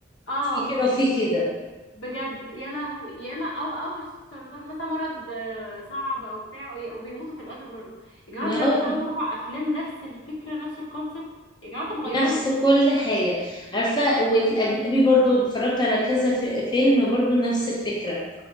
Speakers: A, on the left; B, on the left.
A: اه
B: في كده وفي كده
A: بجد يا لهوي يا اما او او مش سرطان مثلا مرض آه، صعب او بتاع وي- وبيموتوا في الاخر برضه يا جماعه
B: no.
A: بجد ثلاث اربع افلام نفس الفكره نفس الكونسيبت يا جماعه انتوا بتغيروا
B: نفس كل حاجة عارفة والأجنبي برضو اتفرجت على كذا في فيلم برضو نفس الفكرة